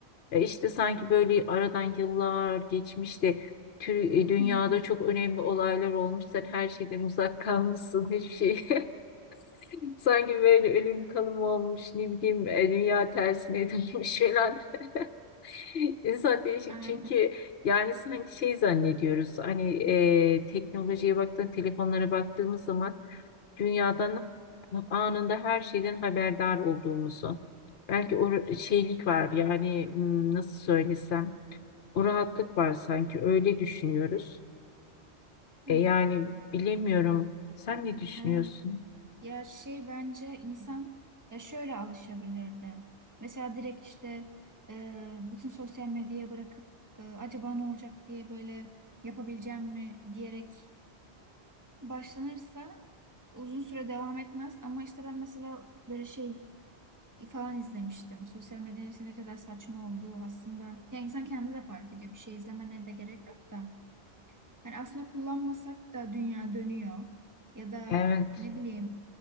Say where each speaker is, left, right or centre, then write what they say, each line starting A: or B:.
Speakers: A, on the left; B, on the right.
A: ya işte sanki böyle aradan yıllar geçmiş de tü- e, dünyada
B: Hı hı.
A: çok önemli olaylar olmuş sen her şeyden uzak kalmışsın hiçbir şey <laughs> sanki böyle ölüm kalım olmuş ne bileyim e, dünya tersine dönmüş falan <laughs> insan değişik
B: Aynen.
A: çünkü yani sanki şey zannediyoruz hani e, teknolojiye baktığın telefonlara baktığımız zaman dünyadan anında her şeyden haberdar olduğumuzu. Belki o ra- şeylik var yani hmm, nasıl söylesem o rahatlık var sanki öyle düşünüyoruz.
B: Hı.
A: E yani bilemiyorum. Sen ne düşünüyorsun?
B: Evet. Ya şey bence insan ya şöyle alışabilirdi. Mesela direkt işte e, bütün sosyal medyaya bırakıp e, acaba ne olacak diye böyle yapabileceğim mi diyerek başlanırsa uzun süre devam etmez. Ama işte ben mesela böyle şey falan izlemiştim. Sosyal medyanın işte ne kadar saçma olduğu aslında. Ya insan kendi de fark ediyor. Bir şey izlemene de gerek yok da. Yani aslında kullanmasak da dünya dönüyor. Ya da
A: Evet.
B: ne bileyim